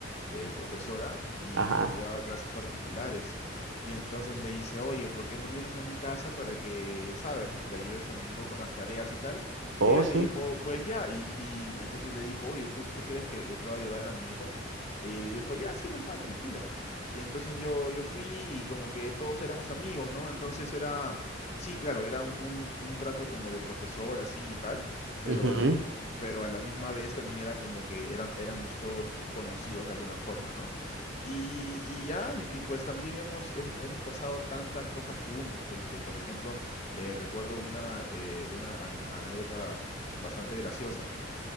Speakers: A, on the left; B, on the right.
A: eh, profesora y,
B: ajá,
A: y daba clases particulares y entonces le hice, oye, ¿por qué no vienes a mi casa para que, sabes, le ayudes a mi hijo con las tareas y tal?
B: oh,
A: Y ella
B: sí,
A: le dijo, pues ya, y, y entonces le dijo, oye, ¿tú, tú crees que, que pueda llevar a mi hijo? Y le dijo, ya, sí, normal, tranquila. Y entonces yo, yo fui y como que todos éramos amigos, ¿no? Entonces era, sí, claro, era un, un trato como de profesor, así y tal, pero,
B: ujú,
A: pero a la misma vez también era como que eran, éramos todos conocidos de alguna forma, ¿no? Y, y ya, y, y pues también hemos, hem- hemos pasado tantas cosas juntos, como que, por ejemplo, eh, recuerdo una, eh, una an- anécdota bastante graciosa